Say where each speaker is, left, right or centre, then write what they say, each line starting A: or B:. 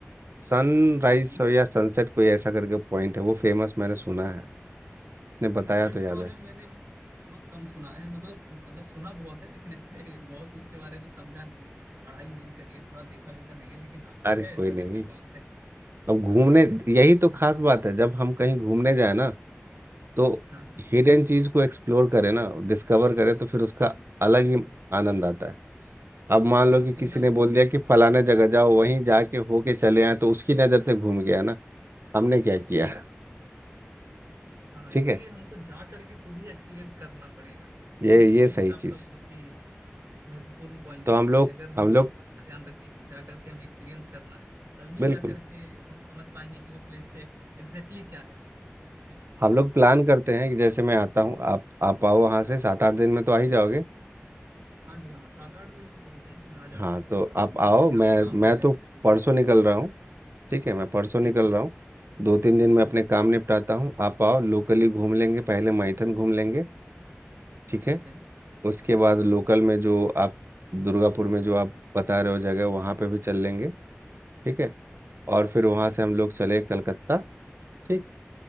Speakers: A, on the right; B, on the right.
A: सनराइज
B: हाँ बोलिए
A: या सनसेट कोई ऐसा करके पॉइंट है वो फेमस मैंने सुना है ने
B: ये
A: बताया
B: पॉइंट
A: तो याद
B: के बारे
A: है
B: में मैंने भी बहुत कम सुना है मतलब मतलब सुना बहुत है लेकिन ऐसे बहुत उसके बारे में समझा नहीं है पढ़ाई नहीं करी है थोड़ा देखा वेखा नहीं है लेकिन हाँ कुछ
A: अरे
B: है
A: कोई
B: ऐसा करके
A: नहीं
B: पॉइंट है
A: अब घूमने
B: हाँ
A: यही तो खास बात है जब हम कहीं घूमने जाए ना तो
B: हाँ
A: हिडन चीज को एक्सप्लोर करें ना डिस्कवर करें तो फिर उसका अलग ही आनंद आता है अब मान लो कि किसी
B: एकदम
A: ने बोल दिया कि फलाने
B: ही-
A: जगह जाओ वहीं जाके होके चले आए तो उसकी नजर से घूम गया ना हमने क्या किया <laughs>
B: हाँ
A: ठीक
B: इसीलिए
A: है
B: हमको जा करके खुद ही एक्सपीरियंस करना पड़ेगा
A: ये
B: ये
A: ये
B: पॉइंट
A: सही
B: आपका
A: चीज
B: बहुत ही महत्वपूर्ण पॉइंट
A: तो
B: है
A: हम लोग
B: कि अगर हम
A: हम
B: ये
A: लोग
B: बात का ध्यान रखें कि जा करके हमें एक्सपीरियंस करना है तभी
A: बिल्कुल
B: जा करके हम समझ पाएंगे कि वो प्लेस पे एग्जैक्टली क्या है है कि
A: हम लोग प्लान करते हैं कि जैसे मैं आता हूँ आप आप आओ वहाँ से सात आठ दिन में तो आ ही जाओगे
B: हाँ जी हाँ सात आठ दिन तो बहुत है इसमें आ जाऊंगा
A: हाँ
B: मैं सात
A: तो
B: आठ
A: आप
B: दिन में
A: आओ
B: मेरा यहाँ
A: मैं
B: पे तो काम आप
A: मैं
B: हो जाएगा
A: तो
B: वेकेशन
A: परसों
B: बना
A: निकल
B: करके
A: रहा
B: आ
A: हूँ
B: जाऊंगा
A: ठीक है मैं परसों
B: ठीक
A: निकल
B: है
A: रहा हूँ दो तीन दिन में अपने
B: हम्म
A: काम निपटाता हूँ आप आओ लोकली घूम लेंगे पहले माइथन घूम लेंगे ठीक
B: ठीक
A: है
B: है जी
A: उसके बाद लोकल में जो आप दुर्गापुर में जो आप बता रहे हो जगह वहाँ पे भी चल लेंगे ठीक है और फिर वहाँ से हम लोग चले कलकत्ता ठीक